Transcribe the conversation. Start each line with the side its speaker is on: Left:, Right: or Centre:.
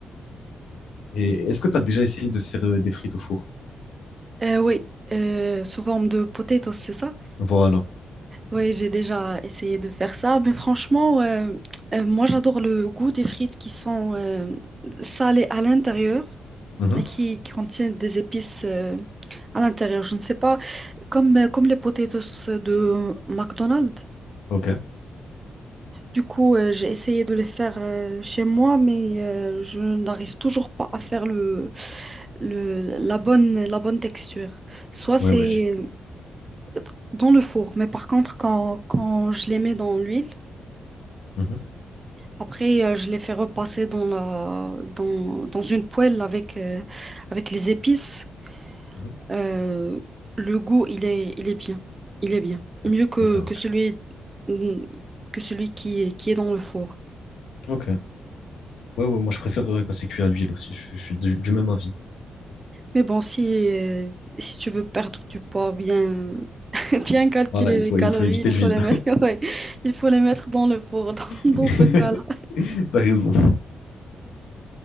Left: Et est-ce que tu as déjà essayé de faire euh, des frites au four?
Right: Euh, oui, euh, sous forme de potatoes, c'est ça?
Left: Voilà.
Right: Oui, j'ai déjà essayé de faire ça. Mais franchement, euh, euh, moi, j'adore le goût des frites qui sont euh, salées à l'intérieur
Left: Mhm,
Right: et qui, qui contiennent des épices euh, à l'intérieur. Je ne sais pas, comme, euh, comme les potatoes de McDonald's.
Left: Ok.
Right: Du coup, euh, j'ai essayé de les faire euh, chez moi, mais euh, je n'arrive toujours pas à faire le le- la bonne, la bonne texture. Soit
Left: Ouais,
Right: c'est
Left: ouais. je-
Right: euh, dans le four, mais par contre, quand, quand je les mets dans l'huile,
Left: mhm,
Right: après, euh, je les fais repasser dans, la, dans, dans une poêle avec, euh, avec les épices.
Left: mhm,
Right: Euh, le goût, il est, il est bien. Il est bien.
Left: Ok,
Right: Mieux que,
Left: ok,
Right: que
Left: ok.
Right: celui, mm, que celui qui, est- qui est dans le four.
Left: Ok. Ouais, ouais, moi je préfère euh, quand c'est cuit à l'huile aussi. Je, je suis du, du même avis.
Right: Mais bon, si, euh, si tu veux perdre du poids, bien, bien calculer
Left: Voilà, il
Right: les
Left: faut,
Right: calories,
Left: il faut éviter
Right: il faut
Left: l'huile.
Right: les mettre, <laughs> ouais, il faut les mettre dans le four, <laughs> dans,
Left: <laughs>
Right: dans ce cas-là.
Left: T'as raison.